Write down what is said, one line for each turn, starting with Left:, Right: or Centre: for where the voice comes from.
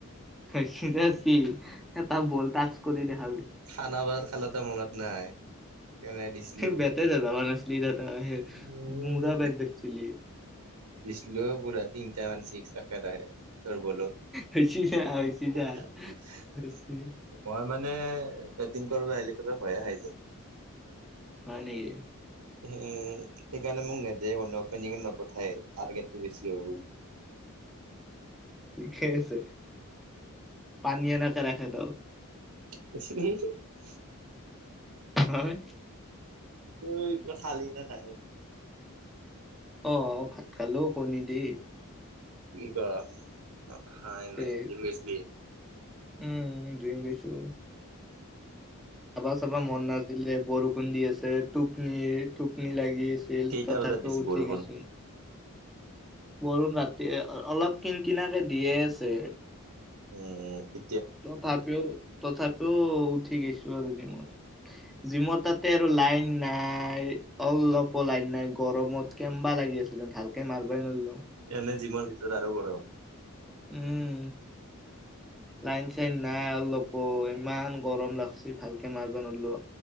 Centre: <unintelligible> এটা বল টাচ কৰি দেখ
Right: খানাপাৰাত খালোতে মনত নাই কেনে দিছিলো
Centre: বেটাই ধৰিব পৰা নাছিলি তই।
Right: উম
Centre: মৰা বাত দেখিছিলি।
Right: ছিলো পুৰা তিনিটা মান ছিক্স <unintelligible> তোৰ বলত।
Centre: হৈছি যা হৈছি যা
Right: মই
Centre: হৈছি
Right: মানে মানে বেটিং কৰিব আহিলি চবে ভয়ে খাই যায়।
Centre: হয় নেকি?
Right: উম। সেইকাৰণে মোক নেদেও কোনেও অপেনিং ত নপঠায় টাৰগেটটো বেছি হব বুলি।
Centre: ঠিকেই আছে। পানী অনাকে ৰাখে তোক।
Right: <unintelligible>
Centre: হয়।
Right: ঐ কিবা খালী নে নাই?
Centre: অ, ভাত খালো কণী দি।
Right: এইবা হাই
Centre: তে
Right: নাই, জিম গেছলী?
Centre: উম, জিম গৈছো। চাবা চাবা মন নাছিলে বৰষুণ দি আছ টোপনি, টোপনি লাগি ছিল
Right: কেইটা
Centre: তথাপিও
Right: বজাত দিছে
Centre: উঠি
Right: বৰষুণ
Centre: গৈছে। বৰুন ৰাতি অলপ কিন কিনাকে দিয়ে আছে।
Right: উম, উ
Centre: তথাপিও তথাপিও উঠি গৈছো আৰু জিমত জিমৰ তাতে আৰু লাইন নাই। অলপো লাইন নাই গৰমত কেম্বা লাগি আছে। একদম, ভালকে মাৰবই নোৱাৰিলোঁ।
Right: এনে জিমৰ আৰু গৰম।
Centre: উম, লাইন-চাইন নাই, অলপো ইমান গৰম লাগছে, ভালকে মাৰিবা নোৱাৰলো,